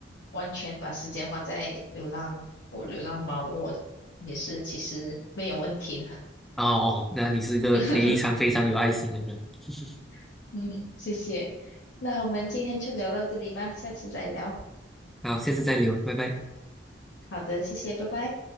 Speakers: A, on the left; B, in the centre.
A: 完全把时间花在流浪狗、流浪猫，我也是其实没有问题的。
B: 哦哦，那你是个非常非常有爱心的人。
A: <laughs>
B: <laughs>
A: <laughs> 嗯，谢谢。那我们今天就聊到这里吧，下次再聊。
B: 好，下次再聊，拜拜。
A: 好的，谢谢，拜拜。